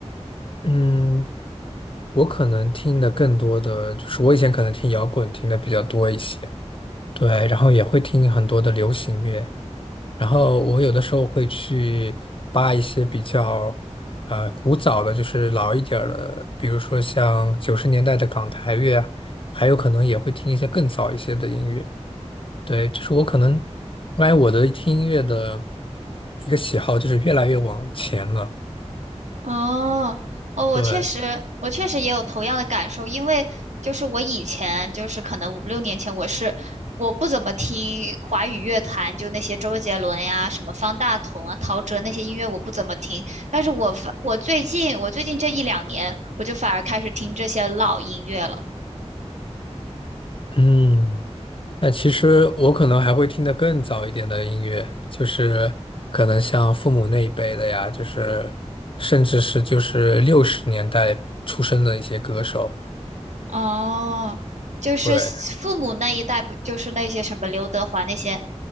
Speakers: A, on the left; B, on the right.
A: 嗯，我可能听的更多的就是我以前可能听摇滚听的比较多一些，对，然后也会听很多的流行乐，然后我有的时候会去扒一些比较呃古早的，就是老一点儿的，比如说像九十年代的港台乐啊，还有可能也会听一些更早一些的音乐。对，就是我可能，我感觉我的听音乐的一个喜好就是越来越往前了。
B: 哦，哦，我确实，
A: 对，
B: 我确实也有同样的感受，因为就是我以前就是可能五六年前，我是我不怎么听华语乐坛，就那些周杰伦呀、什么方大同啊、陶喆那些音乐我不怎么听，但是我反我最近我最近这一两年，我就反而开始听这些老音乐了。
A: 嗯，但其实我可能还会听得更早一点的音乐，就是可能像父母那一辈的呀，就是甚至是就是六十年代出生的一些歌手。
B: 哦，就是父母那一代，
A: 对。
B: 不就是那些什么刘德华那些